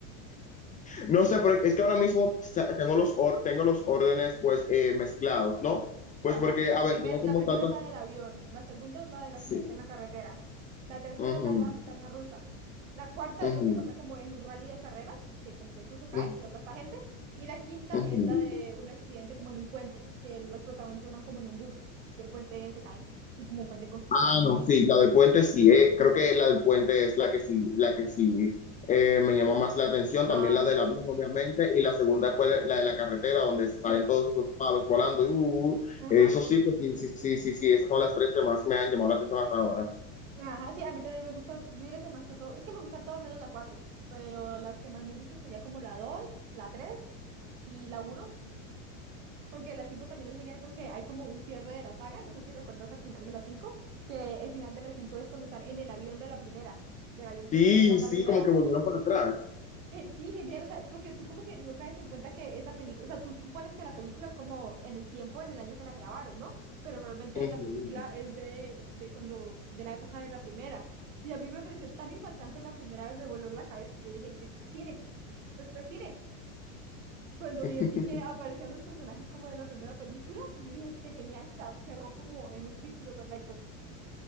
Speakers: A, on the left; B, on the right.
A: No sé, pero es que ahora mismo tengo los, or- tengo los órdenes pues eh, mezclados, ¿no? Pues
B: O sea,
A: porque,
B: la, pri-
A: a
B: la
A: ver,
B: primer-
A: tengo como
B: la primera
A: tantas...
B: es la del avión, la segunda es la del accidente
A: Sí.
B: en la carretera, la tercera
A: Ujú,
B: es la de la montaña rusa, la cuarta
A: ujú,
B: es la que pasa como en un rally de carreras, que como que eso se cae
A: ujú,
B: y aplasta gente, y la quinta
A: ujú.
B: es la de un accidente como en un puente, que los protagonistas van como en un bus y el puente se cae, es como un puente en construcción.
A: Ah, no, sí, la del puente sí, eh, creo que la del puente es la que sí, la que sí eh, me llama más la atención,
B: Ah,
A: también la del
B: ok,
A: avión, obviamente, y la segunda pues la de la carretera, donde salen
B: sí.
A: todos esos palos volando, y, uh, uh, uh.
B: Ajá,
A: eso sí, pues sí, sí, sí, sí, sí, esas son las tres que más me han llamado la atención hasta ahora.
B: ajá, sí, a mí también me gustan, yo diría que más que todo, es que me gustan todas menos la 4 pero las que más me gustan sería como la dos la 3 y la uno Aunque la 5 también es genial porque hay como un cierre de la saga, no sé si recuerdas al final de la 5 que el final de la 5 es cuando están en el avión de la primera, del avión que
A: Sí,
B: explota en
A: sí,
B: la primera.
A: como que volvieron
B: <laughs>
A: para atrás.
B: Sí, genial, o sea, porque tú como que no caes en cuenta que esa película, o sea, tú supones que la película es como en el tiempo, en el año que la grabaron, ¿no? Pero realmente
A: Ujú.
B: la película es de, de cuando, de la época de la primera. Y a mí me pareció tan impactante la primera vez, me voló la cabeza. Yo dije, esto es cine, esto es cine. Cuando
A: <laughs>
B: vi así que aparecían los personajes como de la primera película, yo dije, qué genial, o sea, cerró como en un círculo perfecto.